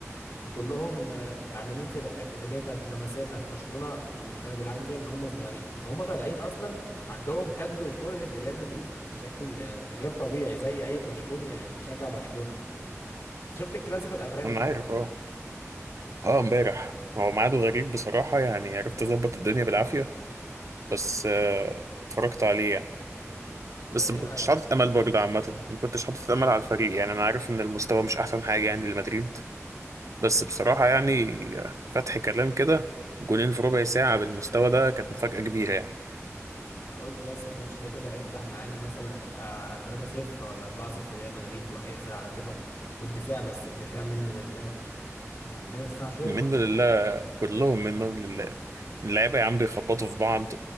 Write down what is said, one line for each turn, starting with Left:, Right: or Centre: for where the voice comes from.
Left: وكلهم آه، متعلمين في الاكاديميه بتاعت اللمسيه بتاعت برشلونه وكانوا بيلعبوا فيها من هم صغيرين فهم طالعين اصلا عندهم حقد وكره لريال مدريد بشكل آه، غير طبيعي زي اي برشلوني بيشجع برشلونه انت شفت الكلاسيكو الاخراني
Right: انا
Left: طبعا
Right: عارف اه اه امبارح هو ميعاده غريب بصراحه يعني عرفت اظبط الدنيا بالعافيه بس آه، اتفرجت عليه يعني
Left: وايه
Right: بس ما كنتش
Left: رايك
Right: حاطط امل برضه عامه ما كنتش حاطط امل على الفريق يعني انا عارف ان المستوى مش احسن حاجه يعني لمدريد بس بصراحه يعني فتح كلام كده جولين في ربع ساعه بالمستوى ده كانت مفاجاه كبيره يعني
Left: انا قلت بس الماتش ده كده هيفتح معانا مثلا هيبقى 3-0 ولا 4-0 ريال مدريد وهيقفل على كده والدفاع بس الدفاع منه لله احنا عندنا دفاع شوربه
Right: منه لله كلهم منهم لله اللعيبه يا عم بيخبطوا في بعض